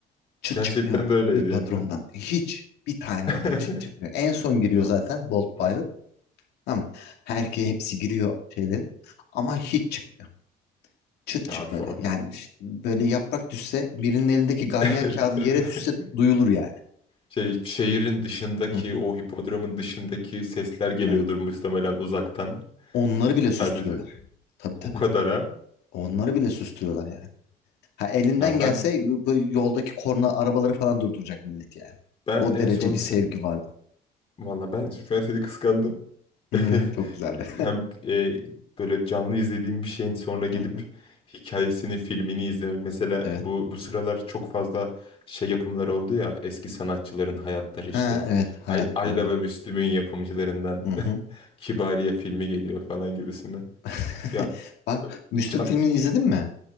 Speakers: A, on the left; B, on the left.
A: Çıt
B: Gerçekten
A: çıkmıyor
B: de öyleydi
A: bir patrondan
B: yani.
A: hiç bir tane
B: <laughs>
A: bile çıt çıkmıyor. En son giriyor
B: Ya.
A: zaten Bolt
B: Mhm.
A: Pilot. Tamam. Herkes hepsi giriyor şeylerin ama hiç çıkmıyor. Çıt
B: Ya
A: çıt
B: abi
A: böyle.
B: şu abi.
A: Yani ş- böyle yaprak düşse birinin elindeki ganyan
B: <laughs>
A: kağıdı yere düşse duyulur yani.
B: Şey, şehrin dışındaki
A: Hı hı.
B: o hipodromun dışındaki sesler geliyordur
A: Evet.
B: muhtemelen uzaktan
A: Onları bile susturuyorlar.
B: sadece.
A: Tabii tabii.
B: O kadara.
A: Onları bile susturuyorlar yani. Ha elinden
B: Ya ben
A: gelse bu- bu yoldaki korna arabaları falan durduracak millet yani.
B: ben
A: O
B: en
A: derece
B: son
A: bir
B: sin-
A: sevgi vardı.
B: Valla ben şu an seni kıskandım.
A: Hı
B: <laughs>
A: hı. Çok güzeldi.
B: Hem e, böyle canlı izlediğim bir şeyin sonra gidip
A: <laughs> Hı hı.
B: hikayesini, filmini izlemek. Mesela
A: Evet.
B: bu bu sıralar çok fazla şey yapımları oldu ya eski sanatçıların hayatları
A: Ha
B: işte.
A: evet hayatlar
B: Ay, Ayla
A: evet.
B: ve Müslüm'ün yapımcılarından
A: Hı hı.
B: <laughs> Kibariye filmi geliyor falan gibisinden.
A: <laughs>
B: Ya
A: Bak Müslüm
B: e, can
A: filmini izledin mi?